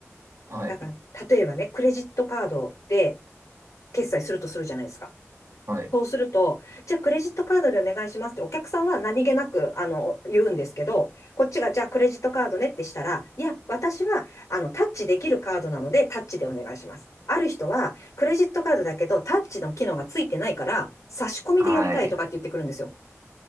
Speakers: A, on the right; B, on the left.
A: はい。
B: だから、例えばね、クレジットカードで決済するとするじゃないですか。
A: はい。
B: そうすると、じゃあクレジットカードでお願いしますって、お客さんは何気なく、あの、言うんですけど、こっちが、じゃあクレジットカードねってしたら、いや、私は、あの、タッチできるカードなので、タッチでお願いします。ある人は、クレジットカードだけど、タッチの機能がついてないから、差し込みでやりたいとかって言ってくるんですよ。
A: はい。